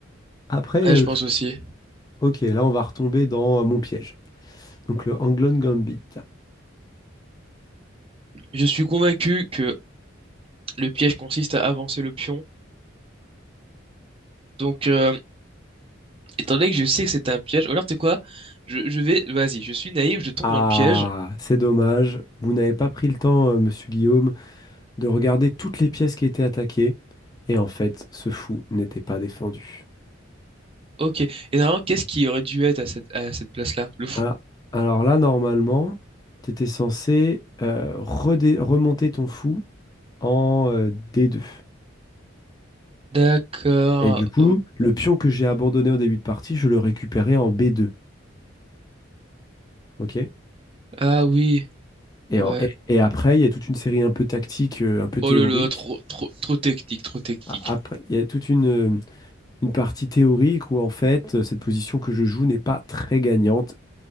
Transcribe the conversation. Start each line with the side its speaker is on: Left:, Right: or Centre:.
Left: Après,
Right: Ouais,
Left: euh,
Right: je pense
Left: je-
Right: aussi.
Left: ok, là, on va retomber dans euh, mon piège. Donc le Anglon Gambit.
Right: Je suis convaincu que le piège consiste à avancer le pion. Donc, euh, étant
Left: Parce que-
Right: donné que je sais que c'est un piège, ou alors tu sais quoi? Je, je vais. Vas-y, je suis naïf, je tombe
Left: Ah,
Right: dans le piège.
Left: c'est dommage. Vous n'avez pas pris le temps, euh, monsieur Guillaume, de regarder toutes les pièces qui étaient attaquées. Et en fait, ce fou n'était pas défendu.
Right: Ok. Et normalement, qu'est-ce qui aurait dû être à cette, à cette place-là? Le fou.
Left: Alors, alors là, normalement, tu étais censé euh, redé- remonter ton fou en euh, D2.
Right: D'accord.
Left: Et du coup,
Right: Ok.
Left: le pion que j'ai abandonné au début de partie, je le récupérais en B2. OK?
Right: Ah oui.
Left: Et,
Right: Ouais.
Left: en- et, et après, il y a toute une série un peu tactique, euh, un peu théorique.
Right: Oh là là, trop, trop, trop technique, trop technique.
Left: A- Après, il y a toute une, euh, une partie théorique où, en fait, euh, cette position que je joue n'est pas très gagnante.